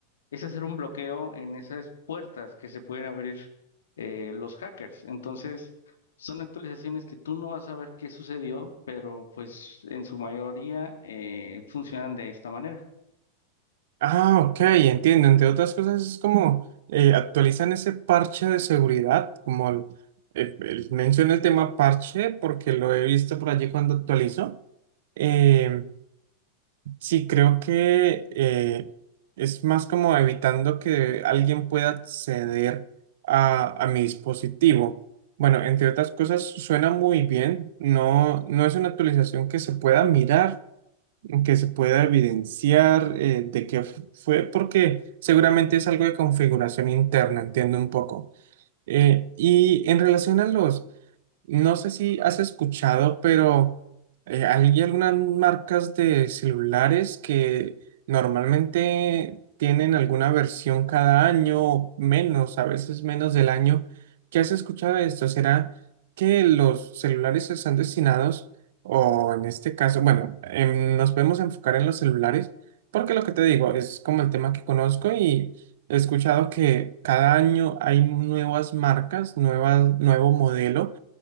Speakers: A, on the left; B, on the right.
A: es hacer un bloqueo en esas puertas que se pueden abrir eh, los hackers. Entonces, son actualizaciones que tú no vas a ver qué sucedió, pero pues en su mayoría eh, funcionan de esta manera.
B: Ah, ok, entiendo. Entre otras cosas es como eh, actualizan ese parche de seguridad, como el, el- el- menciono el tema parche porque lo he visto por allí cuando actualizo. Em, Sí, creo que eh, es más como evitando que alguien pueda acceder a, a mi dispositivo. Bueno, entre otras cosas, suena muy bien. No, no es una actualización que se pueda mirar, que se pueda evidenciar eh, de qué f- fue, porque seguramente es algo de configuración interna, entiendo un poco. Eh, y en relación a los no sé si has escuchado, pero eh, hay algunas marcas de celulares que normalmente tienen alguna versión cada año, menos, a veces menos del año. ¿Qué has escuchado de esto? ¿Será que los celulares están destinados, o en este caso, bueno, em, nos podemos enfocar en los celulares, porque lo que te digo es como el tema que conozco y he escuchado que cada año hay nuevas marcas, nuevas, nuevo modelo